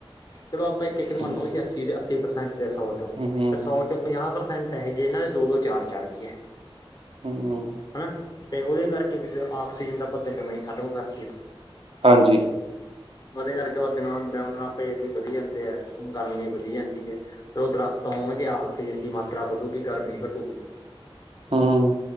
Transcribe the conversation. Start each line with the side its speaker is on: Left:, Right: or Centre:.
Left: ਚਲੋ ਆਪਾਂ ਇੱਕ ਇੱਕ
Right: ਹੂੰ
Left: ਮੰਨੋ ਜੀ ਅੱਸੀ ਅੱਸੀ ਪ੍ਰਸੈਂਟ ਤੇ ਸੌ ਚੋਂ
Right: ਹੂੰ,
Left: ਤੇ ਸੌ ਚੋਂ ਪੰਜਾਹ ਪ੍ਰਸੈਂਟ ਇਹੋ ਜਿਹੇ ਇਹਨਾਂ ਦੇ ਦੋ ਦੋ ਚਾਰ ਚਾਰ ਵੀ ਹੈ
Right: ਹੂੰ,
Left: ਹਨਾ ਤੇ ਉਹਦੇ ਕਰਕੇ ਵੀ ਆਕਸੀਜਨ ਦਾ ਪੱਧਰ ਜਮ ਖਤਮ ਕਰਤੀ ਤੂੰ
Right: ਹਾਂਜੀ
Left: ਉਹਦੇ ਕਰਕੇ ਆਪ ਏਸੀ ਵਧੀ ਜਾਂਦੇ ਹੈ ਗਰਮੀ ਵਧੀ ਜਾਂਦੀ ਹੈ। ਫਿਰ ਉਹ ਦਰਖਤ ਹੋਣਗੇ ਆਕਸੀਜਨ ਦੀ ਮਾਤਰਾ ਵਧੂਗੀ ਗਰਮੀ ਘਟੂਗੀ
Right: ਹੂੰ,